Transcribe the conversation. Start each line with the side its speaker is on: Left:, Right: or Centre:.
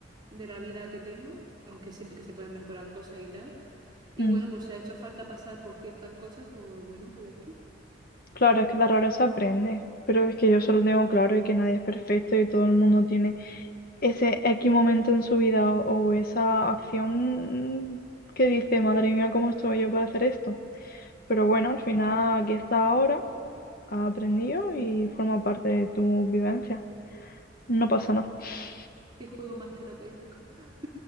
Right: de la vida que tengo, aunque siempre que se puedan mejorar cosas y tal. Y
Left: Mm.
Right: bueno, pues si ha hecho falta pasar por ciertas cosas, pues bueno, pues ya está.
Left: Claro, es que de errores se aprende, pero es que yo solo tengo claro y que nadie es perfecto y todo el mundo tiene ese X momento en su vida o, o esa acción que dice, madre mía, ¿cómo estuve yo para hacer esto? Pero bueno,
Right: Mm.
Left: al final aquí está ahora, ha aprendido y forma parte de tu vivencia. No pasa
Right: Ay,
Left: nada. <laughs>
Right: qué juego más terapéutico. <laughs>